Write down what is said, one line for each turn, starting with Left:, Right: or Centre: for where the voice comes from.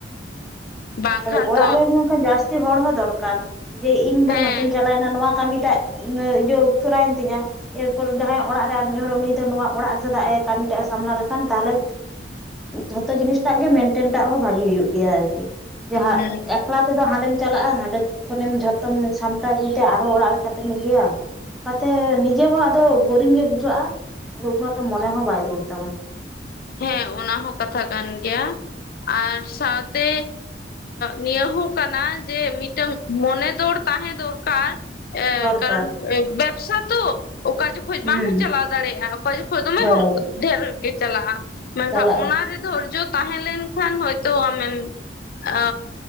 Left: ᱵᱟᱝᱠᱷᱟᱱ
Centre: ᱟᱨ ᱚᱲᱟᱜ
Left: ᱛᱚ
Centre: ᱨᱮ ᱱᱚᱠᱟᱱ ᱡᱟᱹᱥᱛᱤ ᱦᱚᱲ ᱦᱚᱸ ᱫᱚᱨᱠᱟᱨ ᱡᱮ ᱤᱧ ᱫᱚ
Left: ᱦᱮᱸ
Centre: ᱱᱚᱛᱮᱧ ᱪᱟᱞᱟᱣᱮᱱᱟ, ᱱᱚᱣᱟ ᱠᱟᱹᱢᱤᱴᱟᱜ ᱤᱭᱟᱹ ᱛᱚᱨᱟ ᱭᱮᱱ ᱛᱤᱧᱟᱹ᱾ ᱮᱨᱯᱚᱨ ᱡᱟᱦᱟᱸᱭ ᱚᱲᱟᱜ ᱨᱮ ᱟᱨ ᱢᱤᱫ ᱦᱚᱲ ᱩᱱᱤ ᱫᱚ ᱱᱚᱣᱟ ᱚᱲᱟᱜ ᱨᱮ ᱥᱮᱫᱟᱜ ᱮ ᱠᱟᱹᱢᱤᱴᱟᱜ ᱮ ᱥᱟᱢᱱᱟ ᱞᱮᱠᱷᱟᱱ ᱛᱟᱦᱚᱞᱮ ᱡᱷᱚᱛᱚ ᱡᱤᱱᱤᱥᱴᱟᱜ ᱜᱮ ᱢᱮᱱᱴᱮᱱᱴᱟᱜ ᱦᱚᱸ ᱵᱷᱟᱹᱜᱤ ᱦᱩᱭᱩᱜ ᱜᱮᱭᱟ ᱟᱨᱠᱤ᱾ ᱡᱟᱦᱟᱸ
Left: ᱦᱩᱸ
Centre: ᱮᱠᱞᱟ ᱛᱮᱫ ᱫᱚ ᱦᱟᱸᱰᱮᱢ ᱪᱟᱞᱟᱜᱼᱟ, ᱦᱟᱸᱰᱮ ᱠᱷᱚᱱᱮᱢ ᱡᱷᱚᱛᱚᱢ ᱥᱟᱢᱴᱟᱣ ᱟᱹᱜᱩᱭ ᱛᱮ ᱟᱨᱦᱚᱸ ᱚᱲᱟᱜ ᱞᱮᱠᱟᱛᱮᱢ ᱤᱭᱟᱹᱭᱟ᱾ ᱚᱱᱠᱟ ᱛᱮ ᱱᱤᱡᱮ ᱦᱚᱸ ᱟᱫᱚ ᱵᱳᱨᱤᱝ ᱜᱮ ᱵᱩᱡᱷᱟᱹᱜᱼᱟ, ᱟᱫᱚ ᱩᱱᱟᱹᱜᱴᱚ ᱢᱚᱱᱮ ᱦᱚᱸ ᱵᱟᱭ ᱫᱩᱲ ᱛᱟᱢᱟ᱾
Left: ᱦᱮᱸ ᱚᱱᱟ ᱦᱚᱸ ᱠᱟᱛᱷᱟ ᱠᱟᱱ ᱜᱮᱭᱟ ᱟᱨ ᱥᱟᱶᱛᱮ ᱱᱤᱭᱟᱹ ᱦᱚᱸ ᱠᱟᱱᱟ ᱡᱮ ᱢᱤᱫᱴᱟᱝ ᱢᱚᱱᱮ ᱫᱚᱲ ᱛᱟᱦᱮᱸ ᱫᱚᱨᱠᱟᱨ ᱮ
Centre: ᱫᱚᱨᱠᱟᱨ
Left: ᱠᱟᱨᱚᱱ ᱵᱮᱵᱥᱟ ᱛᱚ, ᱚᱠᱟ ᱡᱚᱠᱷᱟ ᱠᱷᱚᱡ
Centre: ᱦᱩᱸ
Left: ᱵᱟᱝ ᱦᱚᱸ ᱪᱟᱞᱟᱣ ᱫᱟᱲᱮᱭᱟᱜᱼᱟ᱾ ᱚᱠᱟ ᱡᱚᱠᱷᱚᱡᱽ ᱫᱚᱢᱮ
Centre: ᱦᱳᱭ
Left: ᱦᱚᱸ ᱰᱷᱮᱨ ᱜᱮ ᱪᱟᱞᱟᱜᱼᱟ᱾ ᱢᱮᱱᱠᱷᱟᱱ
Centre: ᱪᱟᱞᱟᱜᱼᱟ
Left: ᱚᱱᱟ ᱨᱮ ᱫᱷᱳᱨᱡᱚ ᱛᱟᱦᱮᱸ ᱞᱮᱱᱠᱷᱟᱱ ᱦᱚᱭᱛᱳ ᱟᱢᱮᱢ ᱮᱻ